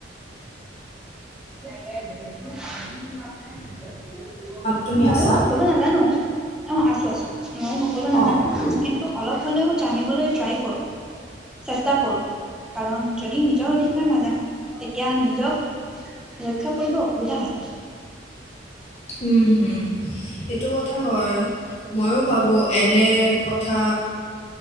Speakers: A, in the centre; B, on the left.
A: <unintelligible>
B: তুমি
A: ময়ো
B: আছা?
A: সকলো নাজানো অ আছো আছো মই সকলো নাজানো
B: অঁ।
A: কিন্তু অলপ হ'লেও জানিবলৈ ট্ৰাই কৰোঁ চেষ্টা কৰোঁ কাৰণ যদি নিজৰ অধিকাৰ নাজানে তেতিয়া নিজক। ৰক্ষা কৰিব অসুবিধা হয়।
B: উম হুম এইটো কথা হয়। ময়ো ভাবোঁ এনে কথা